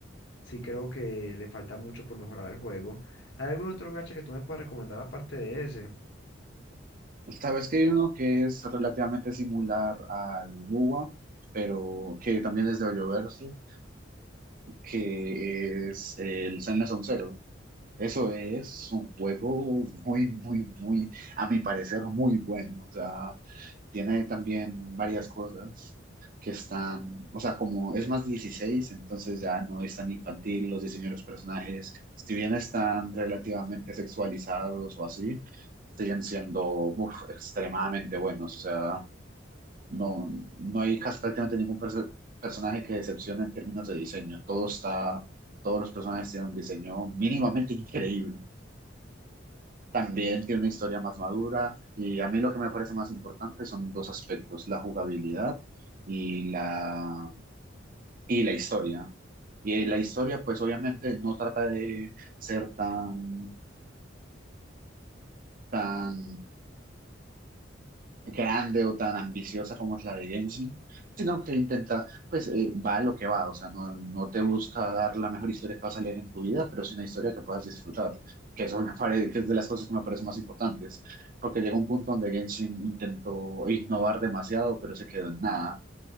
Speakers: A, on the left; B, on the right.
A: sí creo que le falta mucho por mejorar el juego. ¿Hay algún otro gacha que tú me puedas recomendar aparte de ese?
B: Sabes que hay uno que es relativamente similar al Buwa, pero que también es de Hoyoverse, que es el Zenless on Zero. Eso es un juego muy, muy, muy, a mi parecer, muy bueno. O sea, Tiene también varias cosas que están, o sea, como es más 16, entonces ya no es tan infantil los diseños de los personajes. Si bien están relativamente sexualizados o así, siguen siendo uf, extremadamente buenos. O sea, no, no hay casi prácticamente ningún perso- personaje que decepcione en términos de diseño. Todo está, todos los personajes tienen un diseño mínimamente increíble. También tiene una historia más madura y a mí lo que me parece más importante son dos aspectos, la jugabilidad y la, y la historia. Y la historia, pues obviamente no trata de ser tan, tan grande o tan ambiciosa como es la de Genshin, sino que intenta, pues eh, va a lo que va, o sea, no, no te busca dar la mejor historia que vas a leer en tu vida, pero es una historia que puedas disfrutar, que eso me parece, <laughs> que es de las cosas que me parecen más importantes, porque llegó un punto donde Genshin intentó innovar demasiado, pero se quedó en nada.